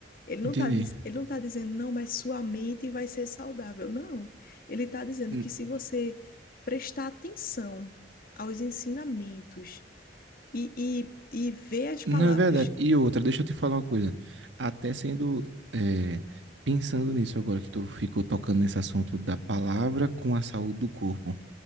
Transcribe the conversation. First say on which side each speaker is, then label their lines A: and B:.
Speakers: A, on the left; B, on the right.
A: Ele não
B: Entendi.
A: está ele não tá dizendo, não, mas sua mente vai ser saudável. Não. Ele está dizendo
B: N-
A: que se você prestar atenção aos ensinamentos e, e, e ver as palavras.
B: Não é verdade. E outra, deixa eu te falar uma coisa. Até sendo, é, pensando nisso agora que tu ficou tocando nesse assunto da palavra com a saúde do corpo.